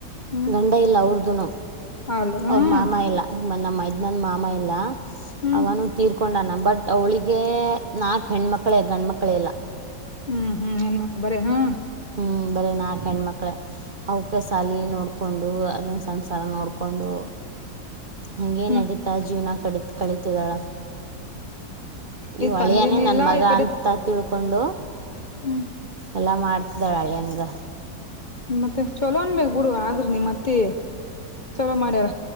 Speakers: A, on the left; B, on the right.
A: ಹ್ಮ್
B: ಗಂಡ ಇಲ್ಲ ಅವ್ರ್ದನ
A: ಹೌದು ಹ್ಮ್
B: ಅವ್ರ ಮಾಮ ಇಲ್ಲ ಮ ನಮ್ಮ ಮೈದ ನಂದು ಮಾಮ ಇಲ್ಲಾ
A: ಹ್ಮ್
B: ಅವನು ತೀರ್ಕೊಂಡ ನಮ್ಮ ಬಟ್ ಅವಳಿಗೆ ನಾಲ್ಕು ಹೆಣ್ಮಕ್ಳೇ ಗಂಡ ಮಕ್ಕಳಿಲ್ಲ
A: ಹ್ಮ್ ಹ್ಮ್ ಹೆಣ್ಣ ಮಕ್ ಬರ ಹಾ
B: ಹೂ ಬರೀ ನಾಲ್ಕು ಹೆಣಮಕ್ಳೇ ಅವಕ್ಕೆ ಸಾಲಿ ನೋಡಿಕೊಂಡು ಅದನ್ನು ಸಂಸಾರ ನೋಡಿಕೊಂಡು ಹಂಗಗೆ
A: ಹ್ಮ್
B: ನಡೀತಾ ಜೀವನಕ್ ಕಡಿ ಕಳಿತಿದ್ದಾಳ ಈ ಹಳಿಯಾನೇ
A: ತಂದಿನ
B: ನನ್
A: ಇಲ್ಲ
B: ಮಗ
A: ಈ ಕಡೆ
B: ಅಂತ ತಿಳ್ಕೊ ಪಕೊಂಡ
A: ಹ್ಮ್
B: ಎಲ್ಲ ಮಾಡ್ತಿದ್ದಾಳೆ ಹಳಿನ್ಗೆ
A: ಮತ್ತೆ ಚಲೋ ಅಂದ ಬೇಕ್ ಬಿಡುವ ಆದ್ರ ನಿಮ ಅತ್ತಿ ಚಲೋ ಮಾಡ್ಯಾರ